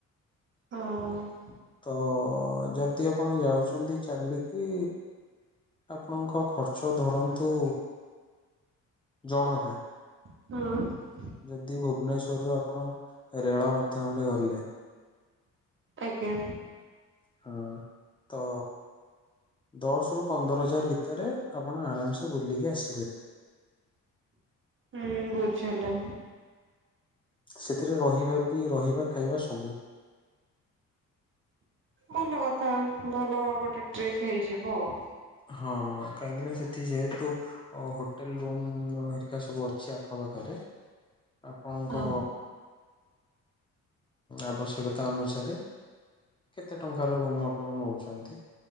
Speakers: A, on the right; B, on the left.
A: ହଁ।
B: ତ ଯଦି ଆପଣ ଯାଉଛନ୍ତି ଚାଲିକି ଆପଣଙ୍କ ଖର୍ଚ୍ଚ ଧରନ୍ତୁ ଜଣକା
A: ହୁଁ।
B: ଯଦି ଭୁବନେଶ୍ଵରରୁ ଆପଣ ରେଳ ମାଧ୍ୟମରେ ଗଲେ
A: ଆଜ୍ଞା।
B: ହଁ ତ ଦଶ ରୁ ପନ୍ଦର ଜାର ଭିତରେ ଆପଣ ଆରାମସ ବୁଲିକି ଆସିବେ
A: ହୁଁ ବୁଝିଲି
B: ସେଥିରେ ରହିବା ବି ରହିବା ଖାଇବା ସବୁ
A: ଭଲ କଥା। ଭଲ ଗୋଟେ ଟ୍ରିପ୍ ହେଇଯିବ ଆଉ।
B: ହଁ କାହିଁକି ନା ସେଠି ଯେହେତୁ ହୋଟେଲ ରୁମ୍ ହେରିକା ସବୁ ଅଛି ଆଖ ପାଖରେ ଆପଣଙ୍କ
A: ହଁ।
B: ଆବଶ୍ୟକତା ଅନୁସାରେ କେତେ ଟଙ୍କାର ରୁମ ଆପଣ ନଉଛନ୍ତି